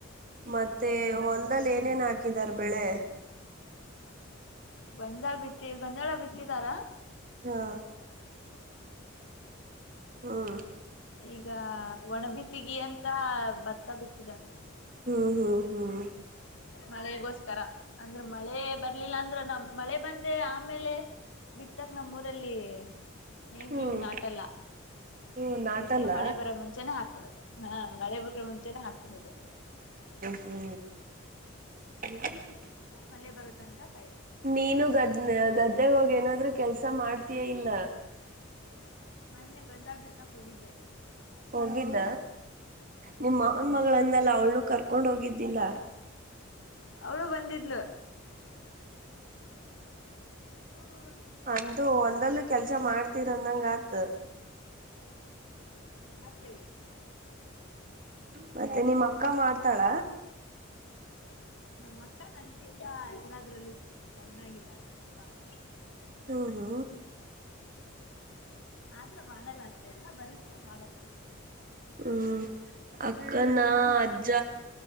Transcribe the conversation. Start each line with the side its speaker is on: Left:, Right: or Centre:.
Right: ಮತ್ತೆ ಹೊಲ್ದದಲ್ಲಿ ಏನೇನ್ ಹಾಕಿದಾರ್ ಬೆಳೆ
Left: ಗಂಜಾಳ ಬಿತ್ತಿ ಗಂಜಳ ಬಿತ್ತಿದಾರಾ
Right: ಹಾ ಹ್ಮ್
Left: ಈಗ ಒಣಬತಿಗಿ ಅಂತ ಭತ್ತ ಬಿಟ್ಟಿದ
Right: ಹ್ಮ್ ಹ್ಮ್ ಹ್ಮ್
Left: ಮಳೆಗೋಸ್ಕರ ಅ <unintelligible> ಅಂದ್ರೆ ಮಳೆ ಬರ್ಲಿಲ್ಲ ಅಂದ್ರ ನಮ್ ಮಳೆ ಬಂದೆ ಆಮೇಲೆ ಬಿತ್ತಕ್ ನಮ್ಮೂರ ಲ್ಲಿ ನೀ
Right: ಹ್ಮ್
Left: ನಾಟಲ್ಲ
Right: ಹ್ಮ್ ನಾಟಲ್ಲ
Left: ಅದಕ್ಕೆ ಮಳೆ ಬರೋ ಮುಂಚೆ ಹಾಕ್ ಕೂಡದು ಹಾ ಮಳೆ ಬ್ರೆ ಮುಂಚೆ ಹಾತ ಹಮಗೆ <unintelligible>
Right: ಹೂ ಹ್ಮ್
Left: ಆಮೇಲ್ ಮಳೆ ಬರೋ ತನಕ ಕಾಯೋದು
Right: ನೀನು ಗದ್ದನೆ ಗದ್ದೆ ಹೋಗ ಏನಾದ್ೂ ಕೆಲ್ಸ ಮಾಡ್ತಯ ಇಲ್ಲ
Left: ಮನ್ನೆ ಬಂದಾಡ್ರ್ತಕ್ ಹೋಗಿದ್ದೆ
Right: ಹೋಗಿದ್ದ ನಿಮ್ಮವನ
Left: ಹ್ಮ್
Right: ಮಗಳನ್ನೆಲ್ಲ ಅವಳನುೂ ಕರ್ಕೊಂಡ್ ಹೋಗಿದ್ದಿಲ್ಲ
Left: ಅವಳೂ ಬಂದಿದ್ಲು ಹೌ <unintelligible>
Right: ಒಂದು ಹೊಲ್ದಲ್ಲೂ ಕೆಲ್ಸ ಮಾಡ್ತೀರಂದಂಗ ಆತ
Left: ಮಾಡ್ತೀವಿ
Right: ಮತ್ತೆ ನಿಮ್ಮಕ್ಕ ಪಕ್ಕ ಮಾಡ್ತಾಳ
Left: ನಮ್ಮ ಅಕ್ಕ ನನ್ಕಿಂತ ಎಲ್ಲಾದ್ರ ಲುಕ್ ಚೆನ್ನಾಗಿದ್ದಲ್ ಪಾಪ
Right: ಹ್ಮ ಹಾ
Left: ಆದ್ರ ಮಾಡಲ್ಲ ಅಷ್ಟೆ ಎಲ್ಲ ಬರುತ್ತ ಮಾಡಲ್ಲ
Right: ಹ್ಮ್ ಅಕ್ಕನ ಅಜ್ಜ